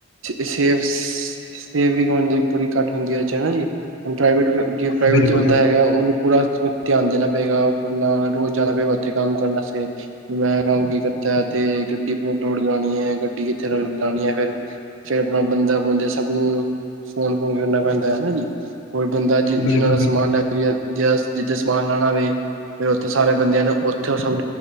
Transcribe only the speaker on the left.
ਬਿਲਕੁਲ
ਬਿਲਕੁਲ
ਬਿਲਕੁਲ
ਬਿਲਕੁਲ